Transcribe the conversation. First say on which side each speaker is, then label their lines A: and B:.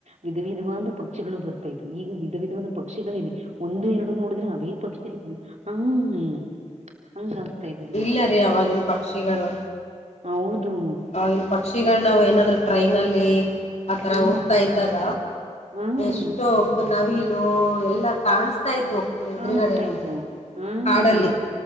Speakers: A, on the right; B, on the left.
A: ವಿಧ ವಿಧವಾದ ಪಕ್ಷಿಗಳು ಬರ್ತಾ ಇದವ ಈಗ ವಿಧ ವಿಧವಾದ ಪಕ್ಷಿಗಳ ಇಲ ಒಂದು ಎರಡು ನೋಡ ರೇ ಅವೇ ಪಕ್ಷಿ ಹ್ಮ ಹಂಗ ಆಗ್ತಾ ಇದೆ.
B: ಇಲ್ಲರೀ ಅವಾಗಿನ ಪಕ್ಷಿಗಳು.
A: ಹೌದು.
B: ಅವಾಗಿನ ಪಕ್ಷಿಗಳ ನಾವ ಏನಾದ್ರು ಟ್ರೈನಲ್ಲಿ ಆತರ
A: ಹ್ಮ್
B: ಹೋಗ್ತಾ ಇದ್ದಾಗ
A: ಹ್ಮ್
B: ಎಷ್ಟೋ ಓಪ ನವಿಲು ಎಲ್ಲಾ ಕಾಣ ತ ಇದ್ವು
A: ಕಾಣಿಸ್ತಾ
B: ಎದೂರಗಡೆ ನಮ್ಗೆ
A: ಇದ್ವು ಹ್ಮ್
B: ಕಾಡಲ್ಲಿ